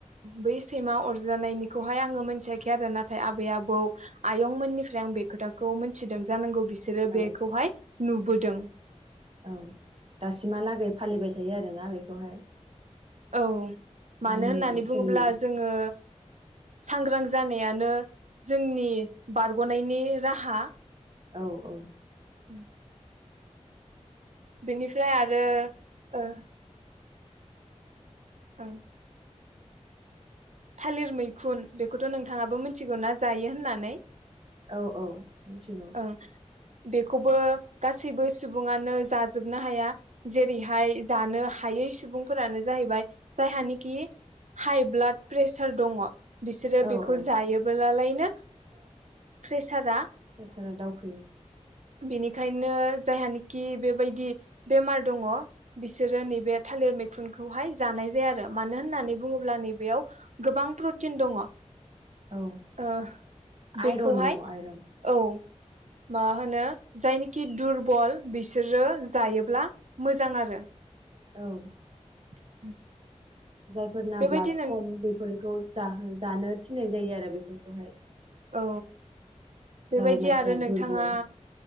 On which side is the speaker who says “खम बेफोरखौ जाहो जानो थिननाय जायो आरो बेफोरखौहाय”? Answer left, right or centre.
Right